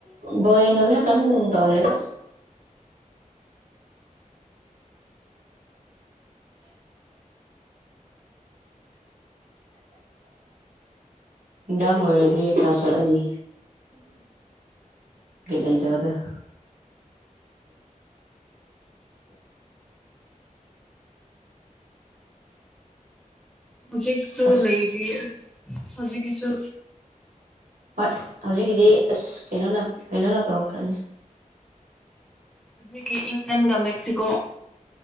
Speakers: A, on the right; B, in the centre.
A: ꯇꯅꯤ ꯀ ꯇꯧꯅꯤꯗ ꯍꯟꯖꯥꯡ ꯂꯣꯏꯔꯗꯤ ꯀꯥ ꯆꯠꯂꯅꯤ ꯠ ꯂꯩꯇꯕꯗ <inaudible>
B: ꯍꯧꯖꯤꯛꯁꯨꯣ
A: ꯑꯁ
B: ꯂꯩꯗꯤ ꯍꯧꯖꯤꯛ ꯀꯁꯨ
A: ꯍꯣꯏ ꯍꯧꯖꯤꯛꯀꯤꯗꯤ ꯑꯁ ꯀꯩꯅꯣꯅ ꯀꯩꯅꯣꯅ ꯇꯧꯔꯈ꯭ꯔꯅꯤ
B: ꯍꯧꯖꯤꯛꯀꯤ ꯏꯪꯂꯦꯟꯒ ꯃꯦꯛꯁꯤꯀꯣ